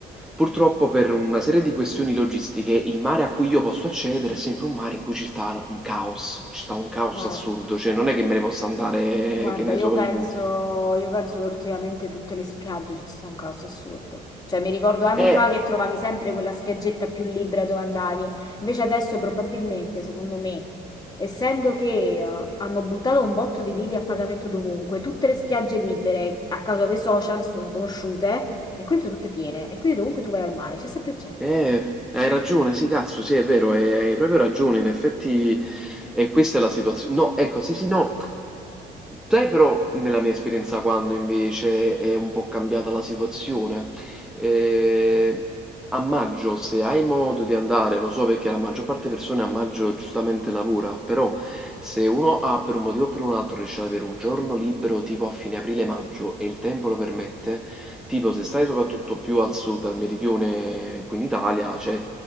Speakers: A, in the centre; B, on the left.
A: purtroppo per una serie di questioni logistiche, il mare a cui io posso accedere è sempre un mare in cui ci sta un caos, ci sta un caos
B: Guarda.
A: assurdo, cioè non è che me ne possa andare,
B: Guarda,
A: che ne
B: io
A: so,
B: penso,
A: in un...
B: io penso che ultimamente tutte le spiagge ci sia un caos assurdo. Cioè, mi ricordo anni
A: Eh...
B: fa che trovavi sempre quella spiaggetta più libera dove andavi. Invece adesso probabilmente, secondo me, essendo che eh, hanno buttato un botto di lidi a pagamento dovunque, tutte le spiagge libere a causa dei social sono conosciute e quindi sono tutte piene. E quindi dovunque tu vai al mare c'è sempre gente.
A: Eh, hai
B: <laughs> Cioè,
A: ragione, sì, cazzo, sì, è vero, hai hai proprio ragione, in effetti, e questa è la situazione. No, ecco, sì, sì, no. Sai però, nella mia esperienza, quando invece è un po' cambiata la situazione, Eh, a maggio, se hai modo di andare, lo so perché la maggior parte delle persone a maggio giustamente lavora, però se uno ha per un motivo o per un altro riesce ad avere un giorno libero tipo a fine aprile-maggio e il tempo lo permette, Tipo, se stai soprattutto più al sud, al meridione qui in Italia, cioè,